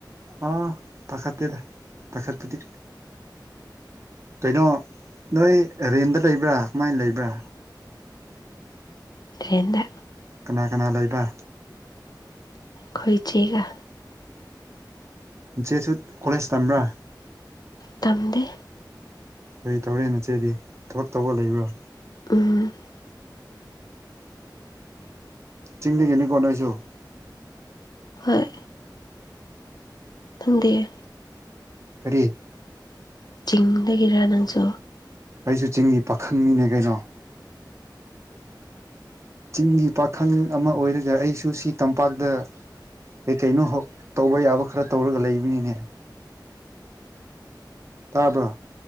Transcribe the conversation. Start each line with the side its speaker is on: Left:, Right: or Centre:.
Right: ꯑꯥ ꯄꯥꯀꯥ ꯇꯗ ꯄꯥꯀꯥꯇꯤ ꯀꯩꯅꯣ ꯅꯣꯏ ꯔꯦꯟꯗ ꯂꯩꯕ꯭ꯔꯥ ꯀꯃꯥꯏꯅ ꯂꯩꯕ꯭ꯔꯥ
Left: ꯎꯝꯗ
Right: ꯀꯅꯥ ꯀꯅꯥ ꯂꯩꯕ
Left: ꯈꯣꯏꯆꯦꯒ
Right: ꯆꯦꯁꯨ ꯀꯣꯂꯦꯖ ꯇꯝꯕ꯭ꯔꯥ
Left: ꯇꯝꯗ
Right: ꯀꯔꯤ ꯇꯧꯔꯦ ꯅꯆꯦꯗꯤ ꯊꯧ ꯇꯧ ꯂꯩꯕ꯭ꯔꯥ
Left: ꯎꯝ
Right: ꯊꯤꯡꯅ ꯀꯅꯤ ꯀꯣꯅꯁꯨꯣ
Left: ꯍꯣꯏ ꯊꯝꯗꯦꯦ
Right: ꯀꯔꯤ
Left: ꯆꯤꯡꯗꯒꯤꯔ ꯅꯪꯁꯨ
Right: ꯑꯩꯁꯨ ꯆꯤꯡꯅꯤ ꯄꯥꯈꯪꯅꯤꯅꯦ ꯀꯩꯅꯣ ꯆꯤꯡꯒꯤ ꯄꯥꯈꯪ ꯑꯃ ꯑꯣꯏꯔꯒ ꯑꯩꯁꯨ ꯁꯤ ꯇꯝꯄꯥꯛꯇ ꯀꯩ ꯀꯩꯅꯣ ꯇꯧꯕ ꯌꯥꯕ ꯈꯔ ꯇꯧꯔꯒ ꯂꯩꯕꯅꯤꯅꯦ ꯇꯥꯕ꯭ꯔ